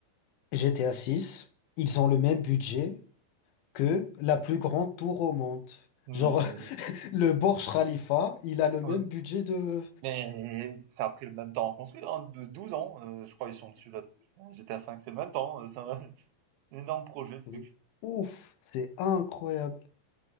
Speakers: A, on the left; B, on the right.
A: GTA 6, ils ont le même budget. que la plus grande tour au monde.
B: Mais,
A: Genre,
B: euh,
A: <laughs> le Burj Khalifa, il a le même
B: ouais.
A: budget de...
B: Mais, ça a pris le même temps à construire, hein, de 12 ans, euh, je crois qu'ils sont dessus là. Putain, GTA cinq c'est le même temps, euh, c'est un <laughs> énorme projet, le truc.
A: Mais Ouf, c'est incroyable.